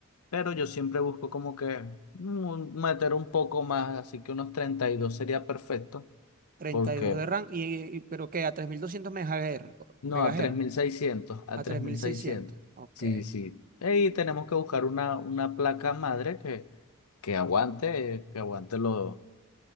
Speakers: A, on the left; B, on the right.
A: Pero yo siempre busco como que un- meter un poco más, así que unos 32 sería perfecto,
B: treinta
A: porque
B: y dos de RAM, y, y- pero que a 3200 MHz,
A: no,
B: megahertz,
A: a tres mil seiscientos a
B: a
A: tres
B: tres
A: mil
B: mil
A: seiscientos
B: seiscientos. Ok.
A: Sí, sí. Y tenemos que buscar una, una placa madre que, que aguante, eh, que aguante los,